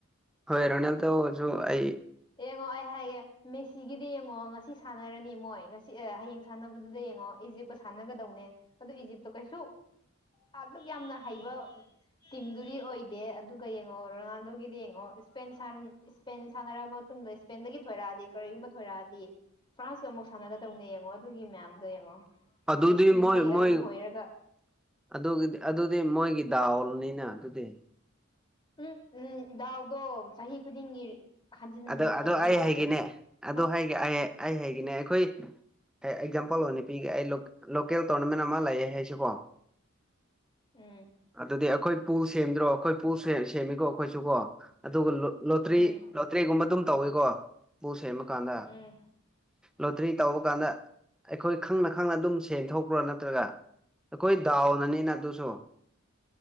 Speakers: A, in the centre; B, on the left.
A: ꯍꯣꯏ ꯔꯣꯅꯦꯜ ꯇ ꯑꯣꯏꯔꯁꯨ ꯑꯩ
B: ꯌꯦꯡꯉꯣ ꯑꯩ ꯍꯥꯏꯒꯦ ꯃꯦꯁꯤꯒꯤꯗꯤ ꯌꯦꯡꯉꯣ ꯉꯁꯤ ꯁꯥꯟꯅꯔꯅꯤ ꯃꯣꯏ ꯉꯁꯤ ꯍꯌꯦꯡ ꯁꯥꯟꯅꯕꯗꯨꯗ ꯌꯦꯡꯉꯣ ꯏꯖꯤꯞꯇꯣ ꯁꯥꯟꯅꯒꯗꯧꯅꯦ ꯑꯗꯨꯣ ꯏꯖꯤꯞꯇꯣ ꯀꯩꯁꯨ ꯑꯗꯨꯛ ꯌꯥꯝꯅ ꯍꯩꯕ ꯇꯤꯝꯗꯨꯗꯤ ꯑꯣꯏꯗꯦ ꯑꯗꯨꯒ ꯌꯦꯡꯉꯣ ꯔꯣꯅꯥꯜꯗꯣꯒꯤꯗꯤ ꯌꯦꯡꯉꯣ ꯏꯁꯄꯦꯟ ꯏꯁꯄꯦꯟ ꯁꯥꯟꯅꯔꯕ ꯃꯇꯨꯡꯗ ꯏꯁꯄꯦꯟꯗꯒꯤ ꯊꯣꯏꯔꯛꯑꯗꯤ ꯀꯔꯤꯒꯨꯝꯕ ꯊꯣꯏꯔꯛꯑꯗꯤ ꯐ꯭ꯔꯥꯟꯁꯀ ꯑꯃꯨꯛ ꯁꯥꯟꯅꯒꯗꯧꯅꯦ ꯌꯦꯡꯉꯣ ꯑꯗꯨꯒꯤ ꯃꯌꯥꯝꯗꯣ ꯌꯦꯡꯉꯣ
A: ꯑꯗꯨꯗꯤ
B: ꯃꯦꯁꯤꯒꯤꯗꯤ
A: ꯃꯣꯏ ꯃꯣꯏ
B: ꯑꯗꯨ ꯊꯣꯏꯔꯒ
A: ꯑꯗꯨꯒꯤ ꯑꯗꯨꯗꯤ ꯃꯣꯏꯒꯤ ꯗꯥꯎꯅꯤꯅ ꯑꯗꯨꯗꯤ
B: ꯎꯝ ꯎꯝ ꯗꯥꯎꯗꯣ ꯆꯍꯤ ꯈꯨꯗꯤꯡꯒꯤ ꯍꯟꯖꯤꯟ
A: ꯑ
B: ꯍꯟꯖꯤꯟ
A: ꯑꯗꯨ
B: ꯇꯧꯕ
A: ꯑꯩ
B: ꯌꯥꯗꯦ
A: ꯍꯥꯏꯒꯤꯅꯦ
B: ꯎꯝ
A: ꯑꯗꯨ ꯑꯩ ꯍꯥꯏꯒꯤꯅꯦ ꯑꯩꯈꯣꯏ ꯑꯩ ꯑꯦꯛꯖꯥꯝꯄꯜ ꯑꯣꯏꯅ ꯄꯤꯒꯦ ꯑꯩ ꯂꯣꯀꯦꯜ ꯇꯣꯔꯅꯥꯃꯦꯟ ꯑꯃ ꯂꯩꯑꯦ ꯍꯥꯏꯁꯤꯀꯣ
B: ꯎꯝ
A: ꯑꯗꯨꯗꯤ ꯑꯩꯈꯣꯏ ꯄꯨꯜ ꯁꯦꯝꯗ꯭ꯔꯣ ꯑꯩꯈꯣꯏ ꯄꯨꯜ ꯁꯦꯝꯃꯤꯀꯣ ꯑꯩꯈꯣꯏꯁꯨꯀꯣ ꯑꯗꯨꯒ ꯂꯣꯇ꯭ꯔꯤ
B: ꯎꯝ
A: ꯂꯣꯇ꯭ꯔꯤꯒꯨꯝꯕ ꯑꯗꯨꯝ ꯇꯧꯏꯀꯣ ꯄꯨꯜ ꯁꯦꯝꯃꯀꯥꯟꯗ
B: ꯎꯝ
A: ꯂꯣꯇ꯭ꯔꯤ ꯇꯧꯕ ꯀꯥꯟꯗ ꯑꯩꯈꯣꯏ ꯈꯪꯅ ꯈꯪꯅ ꯑꯗꯨꯝ ꯁꯦꯡ ꯊꯣꯛꯄ꯭ꯔꯥ ꯅꯠꯇ꯭ꯔꯒ ꯑꯩꯈꯣꯏ ꯗꯥꯎꯅꯅꯤꯅ ꯑꯗꯨꯁꯨ